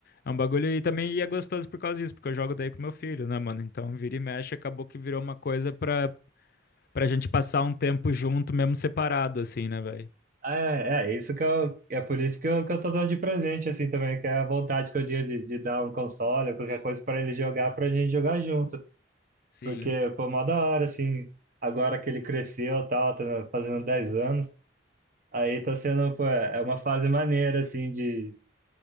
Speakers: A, on the left (about 55°); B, on the right (about 50°).
A: É um bagulho e também e é gostoso por causa disso, porque eu jogo daí com meu filho, né, mano? Então, vira e mexe, acabou que virou uma coisa pra, pra gente passar um tempo junto, mesmo separado, assim, né, velho?
B: Ah, É, é é isso que eu, é por isso que eu, que eu tô dando de presente, assim, também, que é a vontade que eu tinha de, de dar um console ou qualquer coisa pra ele jogar, pra gente jogar junto.
A: Sim.
B: Porque, pô, mó da hora, assim, agora que ele cresceu e tal, tá fazendo 10 anos, aí tá sendo, pô, é é uma fase maneira, assim, de,